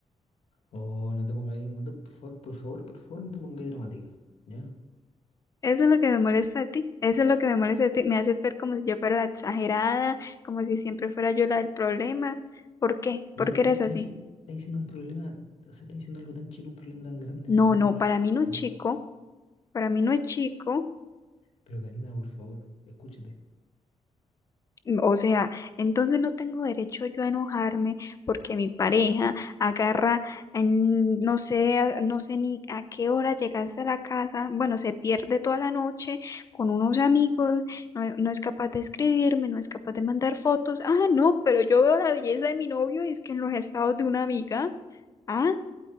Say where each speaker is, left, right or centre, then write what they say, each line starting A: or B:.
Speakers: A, on the left; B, on the left.
A: Oh, no te pongas ahí, no te- por favor, por favor, por favor, no te pongas ahí dramático, ¿ya?
B: Eso es lo que me molesta de ti, eso es lo que me molesta de ti, me hace ver como si yo fuera la exagerada, como si siempre fuera yo la del problema. ¿Por qué?
A: Pero
B: ¿Por qué
A: tú
B: eres
A: estás
B: así?
A: diciendo, estás diciendo un problema, o sea, estás diciendo algo tan chico, un problema tan grande,
B: No,
A: no entiendo
B: no,
A: cuál
B: para
A: es la necesidad.
B: mí no es chico, para mí no es chico.
A: Pero Karina, por favor, escúchate.
B: Mm, O sea, entonces no tengo derecho yo a enojarme porque mi pareja agarra, en- no sé, a- no sé ni a qué hora llegaste a la casa, bueno, se pierde toda la noche con unos amigos, no, no es capaz de escribirme, no es capaz de mandar fotos. Ah, no, pero yo veo la belleza de mi novio y es que en los estados de una amiga. Ah,